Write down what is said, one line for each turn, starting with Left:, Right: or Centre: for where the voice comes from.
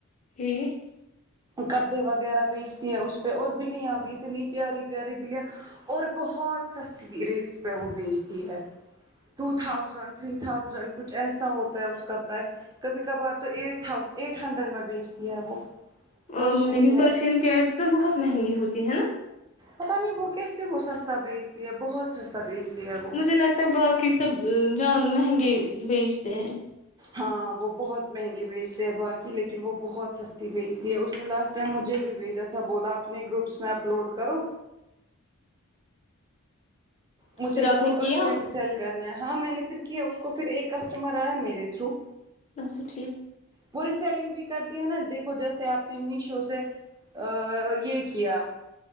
Left: <unintelligible>
Right: کپڑے وغیرہ بیچتی ہے اس پہ اور بلیاں بھی اتنی پیاری پیاری بلیاں اور بہت سستی ریٹس پہ وہ بیچتی ہے ٹو تھاؤزینڈ تھری تھاؤزینڈ کچھ ایسا ہوتا ہے اس کا پرائس کبھی کبھار تو ایٹ تھا ایٹ ہنڈریڈ میں بیچ دیا ہے وہ پرشین
Left: ہم لیکن
Right: کیٹس
Left: پرشین کیڈس نا بہت مہنگی ہوتی ہے نا
Right: پتا نہیں وہ کیسے وہ سستا بھیجتی ہے بہت سستا بیچتی ہے وہ
Left: مجھے لگتا ہے باقی سب جو مہنگے بیچتے ہیں
Right: ہاں وہ بہت مہنگے بیچتے ہیں باقی لیکن وہ بہت سستی بیچتی ہے اس نے لاسٹ اس نے مجھے بھیجا تھا بولا اپنے گروپس میں اپلوڈ کرو مجھے
Left: پھر
Right: ان
Left: آپ
Right: کو
Left: نے کیا
Right: ارجنٹ سیل کرنا ہے ہاں میں نے پھر کیا اس کو پھر ایک کسٹمر آیا میرے تھرو
Left: اچھا ٹھیک
Right: وہ سیلنگ بھی کرتی ہے نا دیکھو جیسے آپ نے میشو سے ا یہ کیا